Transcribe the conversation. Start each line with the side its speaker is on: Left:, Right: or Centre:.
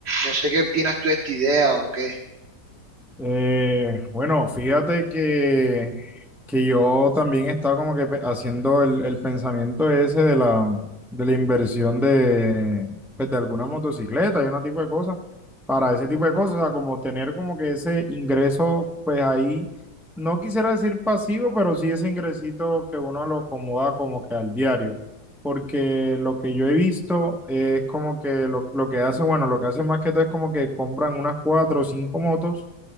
Right: No sé qué opinas tú de esta idea o qué.
Centre: Eh, bueno, fíjate que, que yo también estaba como que pe- haciendo el, el pensamiento ese de la, de la inversión de, pues, de alguna motocicleta y una tipo de cosas, para ese tipo de cosas, o sea, como tener como que ese ingreso, pues ahí, no quisiera decir pasivo, pero sí ese ingresito que uno lo acomoda como que al diario, porque lo que yo he visto es como que lo, lo que hace, bueno, lo que hace más que todo es como que compran unas cuatro o cinco motos